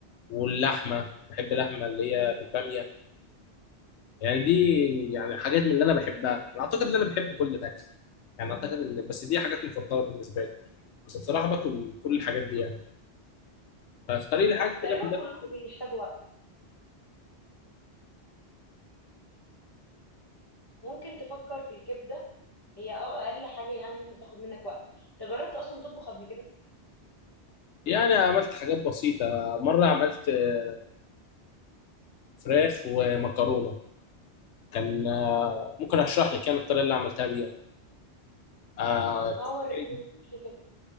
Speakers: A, on the left; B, on the left.
A: واللحمة بحب اللحمة اللي هي بالبامية يعني دي يعني حاجات من اللي أنا بحبها أنا أعتقد إن أنا بحب كل الأكل يعني أعتقد إن بس دي حاجات مفضلة بالنسبة لي بس بصراحة باكل كل الحاجات دي يعني فاختاري لي
B: بس
A: حاجة
B: تقريبا
A: كده من ده
B: كلهم بيحتاجوا وقت ممكن تفكر في الكبده هي اقل حاجه يعني ممكن تاخد منك وقت انت جربت اصلا تطبخ قبل كده
A: يعني عملت حاجات بسيطة مرة عملت آه، فراخ ومكرونة كان آه، ممكن اشرح لك يعني الطريقه اللي عملتها بيها آه،
B: اه
A: كنت
B: ور-
A: جايب
B: وصف لي كده